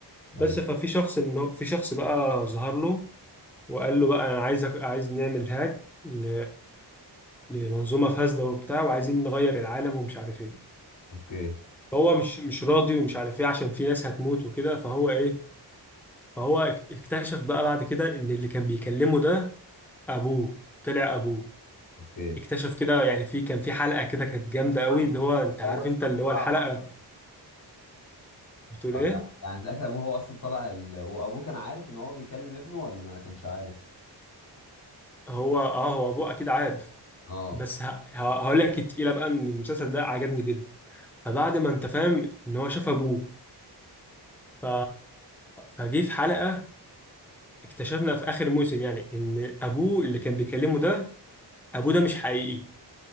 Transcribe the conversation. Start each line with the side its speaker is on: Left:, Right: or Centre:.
Centre: بس
Left: ايوه
Centre: ففي شخص ان هو- في شخص بقى ظهر له وقال له بقى انا عايز أخ- عايز نعمل هاك ل... لمنظومه فاسده وبتاع وعايزين نغير العالم ومش عارف ايه
Left: اوكي
Centre: فهو مش مش راضي ومش عارف ايه عشان في ناس هتموت وكده فهو ايه فهو اك- اكتشف بقى بعد كده ان اللي كان بيكلمه ده ابوه طلع ابوه
Left: اوكي
Centre: اكتشف كده يعني في كان في حلقه كده كانت جامده قوي
Left: يعني
Centre: اللي هو انت عارف
Left: هو أصلاً
Centre: انت اللي هو
Left: طلع-
Centre: الحلقه بتقول
Left: أو
Centre: ايه
Left: يعني يعني في الاخر ابوه هو اصلا طلع ال... وابوه كان عارف ان هو بيكلم ابنه ولا ما كانش عارف
Centre: هو اه هو ابوه اكيد عارف
Left: اه
Centre: بس ه... ه... هقول لك التقيله بقى ان المسلسل ده عجبني جدا فبعد ما انت فاهم ان هو شاف ابوه ف... فجه في حلقه اكتشفنا في اخر موسم يعني ان ابوه اللي كان بيكلمه ده ابوه ده مش حقيقي